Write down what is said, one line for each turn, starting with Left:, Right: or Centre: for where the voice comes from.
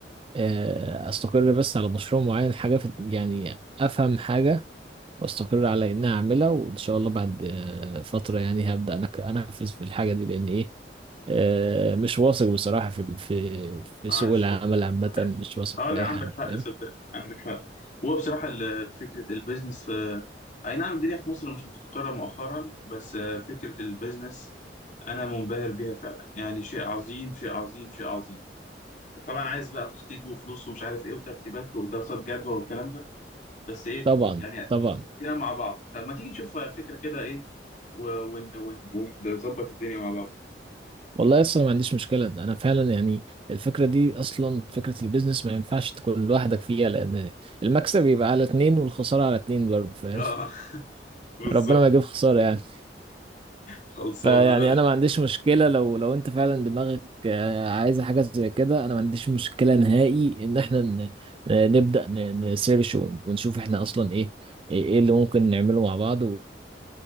Right: آه، استقر بس على مشروع معين حاجه في يعني افهم حاجه واستقر على اني اعملها وان شاء الله بعد آه، فتره يعني هبدا انا انفذ في الحاجه دي لان ايه آه، مش واثق بصراحه في ال- في في
Left: عايش
Right: سوق العمل
Left: صدقني
Right: عامه
Left: عايش
Right: مش واثق
Left: اه لا
Right: في اي
Left: عندك
Right: حاجه
Left: حق
Right: فاهم
Left: صدقني عندك حق هو بصراحة ال- فكرة البيزنس في اي نعم الدنيا في مصر مش مستقرة مؤخرا بس آه، فكرة البيزنس انا منبهر بيها فعلا يعني شيء عظيم شيء عظيم شيء عظيم طبعا عايز بقى تخطيط وفلوس ومش عارف ايه وترتيبات ودراسات جدوى والكلام ده بس ايه
Right: طبعا
Left: يعني
Right: طبعا
Left: ادينا مع بعض طب ما تيجي نشوف فكرة كده ايه و- ون- ون- ونظبط الدنيا مع بعض
Right: والله اصلا ما عنديش مشكله انا فعلا يعني الفكره دي اصلا فكره البيزنس ما ينفعش تكون لوحدك فيها لان المكسب يبقى على اتنين والخساره على اتنين برضه فاهم
Left: اه <laughs>
Right: <laughs>
Left: بالظبط
Right: ربنا ما يجيب خساره يعني
Left: خلصانة
Right: فيعني
Left: لا
Right: انا ما عنديش مشكله لو لو انت فعلا دماغك آه، عايزه حاجه زي كده انا ما عنديش مشكله نهائي ان احنا ن- ن- نبدا ن- نسيرش ون- ونشوف احنا اصلا ايه ايه إيه اللي ممكن نعمله مع بعض و-